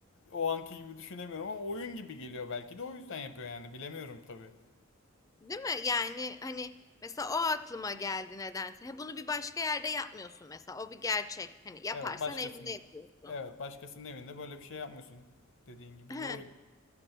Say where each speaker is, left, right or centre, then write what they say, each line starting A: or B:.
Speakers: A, on the left; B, on the left.
A: O anki gibi düşünemiyorum ama oyun gibi geliyor belki de o yüzden yapıyor yani bilemiyorum tabii.
B: değil mi? Yani hani mesela o aklıma geldi nedense He, bunu bir başka yerde yapmıyorsun mesela o bir gerçek hani yaparsan
A: Evet, başkasının.
B: evinde yapıyorsun.
A: Evet, başkasının evinde böyle bir şey yapmıyorsun. Dediğin gibi
B: <laughs>
A: doğru.